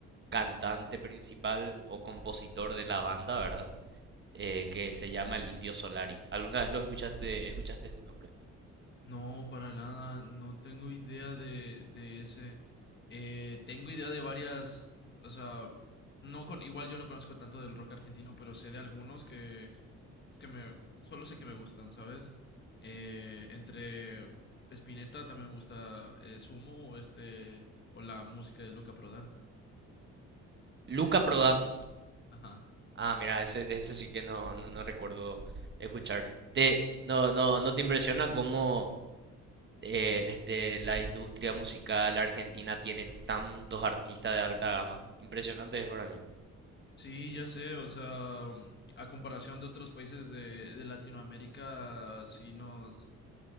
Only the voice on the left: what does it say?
No, para nada. No tengo idea de, de ese. Eh, tengo idea de varias. O sea, no con. Igual yo no conozco tanto del rock argentino, pero sé de algunos que. Pues que me. Solo sé que me gustan, ¿sabes? Eh, entre Spinetta también me gusta eh, Sumo o este. O la música de Luca Prodan.
Ajá.
Sí, ya sé, o sea, mm, a comparación de otros países de, de Latinoamérica, sí nos,